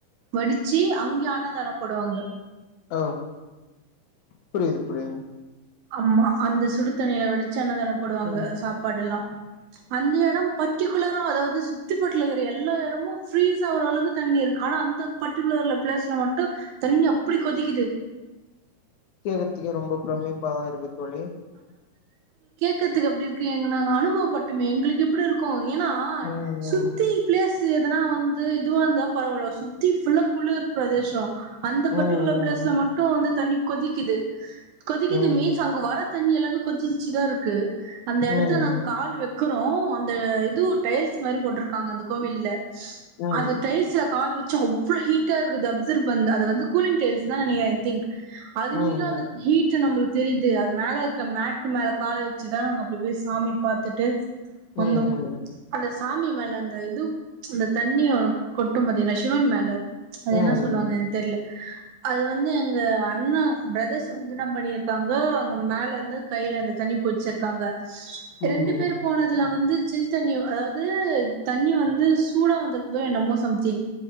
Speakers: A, on the right; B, on the left.
A: வடிச்சி அங்கேயே அன்னதானம் போடுவாங்க
B: ஹ புரியிது புரியிதுங்
A: அம்மா அந்த சுடு தண்ணில வடிச் சு அண்ணதானம் போடுவாங்க
B: ம்
A: சாப்பாடெல்லா அந்த எடம் பர்ட்டிகுலரா அதாவது சுத்தி பட்லருக்கற எல்லா எடமு ப்ரீஸாவரளவுக்கு தண்ணி இருக்கு ஆன அந்த பர்ட்டிகுலர்ல பிளேஸ்ல மட்டு தண்ணி அப்டி கொதிக்குது
B: <unintelligible> த்துகே ரொம்ப பிரமிப்பாதா இருக்கு தோழி
A: க்கத்துக்கு எப்டிருக்கு ஏங் நாங்க அனுபவோப்பட்டமே எங்ளுக்கு எப்டி இருக்கு ஏனா
B: ம்
A: சுத்தி ப்ளேஸ் து எதனா வந்து இதுவ இருந்தா பரவால சுத்தி ஃபுல்லா குளிர் பிரதேசஷோ அந்த
B: ம்
A: பர்டிகுலர் பிளேஸ்ல மட்டு வந்து தண்ணி கொதிக்கிது கொதிக்குது
B: ம்
A: மீஸ் அங்க வர தண்ணி எல்லாமே கொஞ்சி சிதா இருக்கு அந்த எடத்துல
B: ம்
A: நாங்க கால் வெக்குறோ அந்த இது டைல்ஸ் மாரி போட்ருக்காங்க அந்த கோவில்ல
B: ம்
A: அந்த டைல்ஸ்ல காலு வெச்சு அவ்ளோ ஹுட் ட்டேருக்குது அப்சர்வ் பண்ல அத வந்து கூலி்ங் டைல்ஸ் தா நெனைக்கிறே ஐ திங்க் அது
B: ம் ம்
A: மீறீயு அந்த ஹீட்டு நம்ளுக்கு தெரியிது அது மேல இருக்க மேட்டு மேல கால வ ச்சுதா நாங்க அப்டி போய் சாமி பாத்துட்டு வந்தோ
B: ம்
A: அந்த சாமி மேல அந்த இது அந்த தண்ணிய கொட்டு பாத்தீங்களா சிவன் மேல அது
B: ம் ம்
A: என்னா சொல்லுவாங்க என்க் தெர்ல அது வந்து எங்க அண்ணா பிரதர்ஸ் <unintelligible> என்ன பண்ணிருக்காங்க அங்க மேலருந்து கைல அந்த தண்ணி புட்ச்சிருக்காங்க
B: ம்
A: ரெண்டு பேர் போனதுல வந்து சில் தண்ணியவா அதாது து தண்ணி வந்து சு சூடா வந்திருக்குதோ என்னமோ சம்திங்